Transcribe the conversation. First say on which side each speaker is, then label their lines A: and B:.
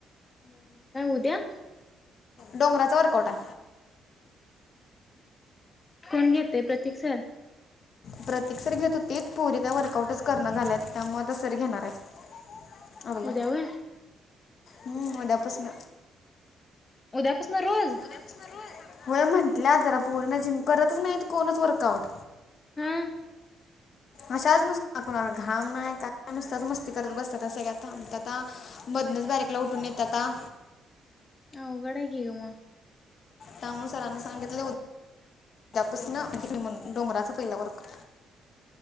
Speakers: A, on the left; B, on the left.
A: बरोबर काय ऊद्या?
B: डोंगराचा वर्क आवटा.
A: कोण घेतेय प्रतीक सर?
B: प्रतिक सर घेत होतीत पोरी काय वर्कआउटच कर न झाल्यात, त्यामुळ ते सर घेणार आहेत. हा बोला
A: उद्या व्हय.
B: हम्म उद्यापासन.
A: उद्यापासन रोज?
B: उद्यापासन रोज? होय म्हंटल्यात जरा पोरी न जिम करतच नाही कोणच वर्कआउट.
A: हम्म.
B: अशाच नुस्तं कोणाला घाम नाही काय नुसत्याच मस्ती करत बसतात त्या सगळ्या थांबत्यात ता मधनच बारीकला उठून येतात ता.
A: अवघड हाय की ग म.
B: त्यामुळ सरांनी सांगितलय उद्य द्या पासन डोंगराच पहिला वर्क